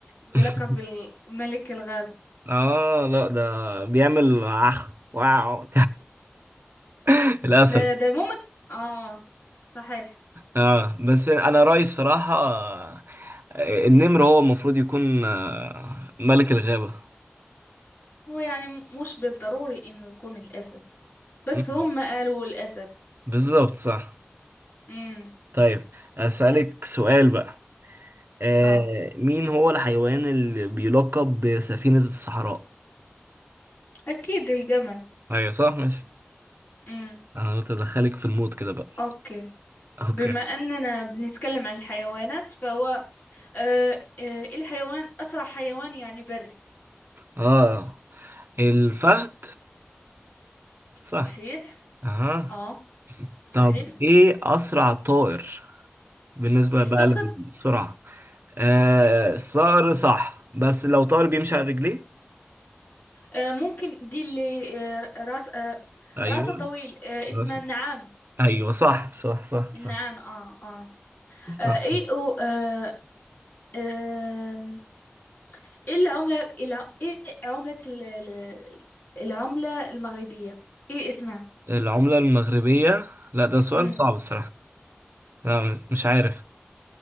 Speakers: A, on the left; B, on the right.
A: بلقب
B: <laughs>
A: الملك الغابة
B: آه لا ده بيعمل عخ واو <laughs> الأسد
A: لا ده ممكن اه صحيح
B: آه بس أنا رأيي الصراحة آه، النمر هو المفروض يكون آه، ملك الغابة
A: هو يعني م- مش بالضروري انه يكون الاسد بس
B: مم.
A: هم قالوا الاسد
B: بالظبط صح
A: امم
B: طيب أسألك سؤال بقى آه
A: اه
B: مين هو الحيوان اللي بيلقب بسفينة الصحراء؟
A: اكيد الجمل
B: ايوه صح مش
A: امم
B: آه، انا قلت ادخلك في المود كده بقى
A: اوكي
B: اوكي
A: بما اننا بنتكلم عن الحيوانات فهو آه آه الحيوان اسرع حيوان يعني بري
B: اه الفهد صح
A: صحيح
B: اها
A: اه صحيح
B: طب ايه اسرع طائر بالنسبة
A: الصقر
B: بقى للسرعة آه الصقر صح بس لو طائر بيمشي على رجليه
A: آه ممكن دي اللي آه راس آه
B: ايوه
A: راسه طويل آه اسمها
B: بس
A: النعام
B: ايوه صح صح صح
A: النعام
B: صح
A: اه اه, آه
B: صح
A: ايه و- آه آه ايه العملة إيه الع- ايه عملة ال- ال- العملة المغربية ايه اسمها
B: العملة المغربية لا ده سؤال
A: امم
B: صعب الصراحة لا مش عارف